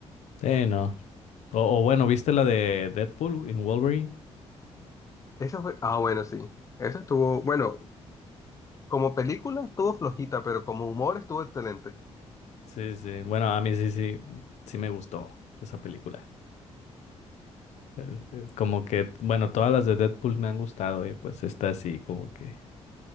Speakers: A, on the left; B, on the left.
A: Sí, no. O, o bueno, ¿viste la de Deadpool en Wolverine?
B: Esa fue, ah, bueno, sí. Esa estuvo, bueno, como película estuvo flojita, pero como humor estuvo excelente.
A: Sí, sí. Bueno, a mí sí, sí, sí me gustó esa película. Es- es como que, bueno, todas las de Deadpool me han gustado y pues esta sí, como que